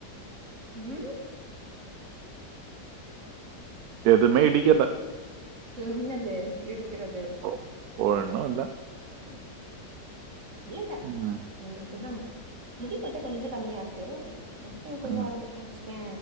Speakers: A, on the right (about 45°); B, on the right (about 70°).
A: ம்
B: எதுமே இடிக்கல
A: என்னது இடி க்கறது
B: ஒ- ஒண்ணும் இல்ல
A: ம் இல்லல்ல
B: ம்,
A: ஒரு கொஞ்ச முடி மட்டு கொஞ்ச கம்மியாருக்கு முடியு கொஞ்ச
B: ம்,
A: வளந்துட்டுன் வெச்சு க்யே